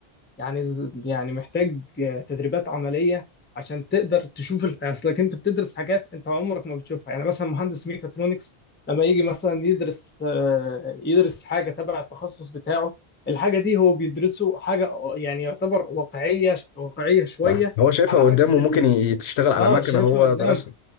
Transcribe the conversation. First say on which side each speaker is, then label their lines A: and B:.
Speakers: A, on the left (about 15°); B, on the left (about 80°).
A: يعني ز- يعني محتاج آه، تدريبات عملية عشان تقدر تشوف ال- اصلك انت بتدرس حاجات انت عمرك ما بتشوفها يعني مثلا مهندس ميكاترونكس لما يجي مثلا يدرس آه، يدرس حاجة تبع التخصص بتاعه الحاجة دي هو بيدرسه حاجة يعني يعتبر واقعية واقعية شوية
B: صح هو شايفها
A: على
B: قدامه
A: عكس
B: ممكن
A: ال...
B: ي- تشتغل على
A: اه
B: مكنة
A: شايفها
B: هو
A: قدامه
B: درسها